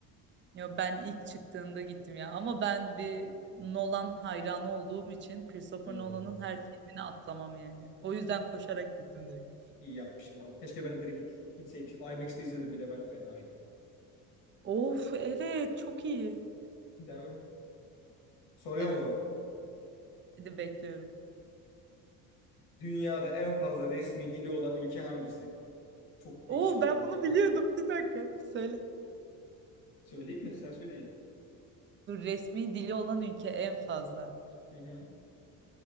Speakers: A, on the right (about 30°); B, on the left (about 75°).
A: Yo, ben ilk çıktığında gittim ya. Ama ben bir Nolan hayranı olduğum için Christopher
B: Hmm.
A: Nolan'ın her filmini atlamam yani. O yüzden koşarak gittim direkt.
B: İyi yapmışım ama. Keşke ben de direkt gitseymişim. IMAX'te izledim bile ben fenaydı.
A: Of evet çok iyi.
B: Değil mi? Soruyorum
A: Evet.
B: o zaman.
A: Hadi bekliyorum.
B: Dünyada en fazla resmi dili olan ülke hangisi? Çok
A: Oo
B: değişik bir
A: ben
B: bilgi
A: bunu
B: ya.
A: biliyordum. Bir dakika söyle.
B: Söyleyeyim mi? Sen söyleyeceğim.
A: Dur resmi dili olan ülke en fazla.
B: Hı hı.